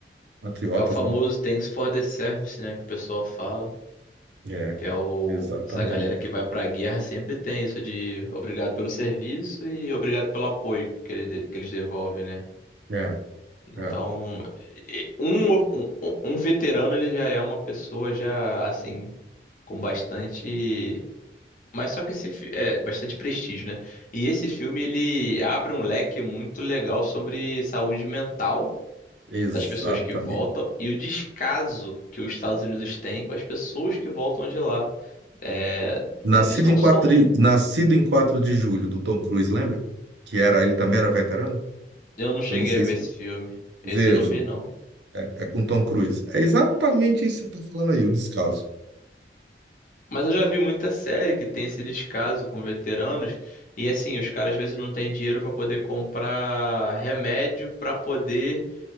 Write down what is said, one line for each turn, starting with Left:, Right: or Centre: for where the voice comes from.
Right: Patriotas,
Left: É o famoso
Right: né?
Left: Thanks for the Service, né? Que o pessoal fala.
Right: É,
Left: Que é o...
Right: exatamente.
Left: Essa galera que vai pra guerra sempre tem isso de obrigado pelo serviço e obrigado pelo apoio que eles, de- que eles devolvem, né?
Right: É,
Left: Então,
Right: é,
Left: e- um, um, um veterano, ele já é uma pessoa já, assim, com bastante... Mas só que esse... fi- É, bastante prestígio, né? E esse filme, ele abre um leque muito legal sobre saúde mental
Right: exatamente.
Left: das pessoas que voltam e o descaso que os Estados Unidos têm com as pessoas que voltam de lá. É,
Right: Nascido
Left: eles não
Right: em quatro,
Left: são.
Right: de, Nascido em quatro de julho, do Tom Cruise, lembra? Que era, ele também era veterano?
Left: Eu não cheguei
Right: Eu não sei
Left: a ver
Right: se.
Left: esse filme. Esse
Right: Veja,
Left: eu não vi, não.
Right: é, é com Tom Cruise. É exatamente isso que você está falando aí, o descaso.
Left: Mas eu já vi muita série que tem esse descaso com veteranos. E assim, os caras às vezes não têm dinheiro para poder comprar remédio para poder